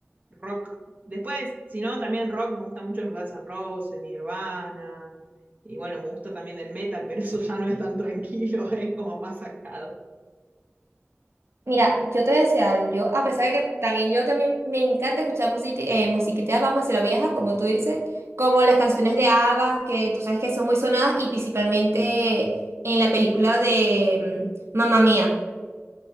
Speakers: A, on the right; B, on the right.
A: rock. Después, si no, también rock, me gustan mucho los Guns N' Roses, Nirvana, y bueno, me gusta también el metal, pero eso ya no es tan tranquilo, <laughs> es como más sacado.
B: Mira, yo te decía algo, yo a pesar de que también yo también me encanta escuchar musiqui- eh, musiquita, vamos a la vieja, como tú dices, como las canciones de ABBA, que tú sabes que son muy sonadas y principalmente en la película de mm, Mamma Mía.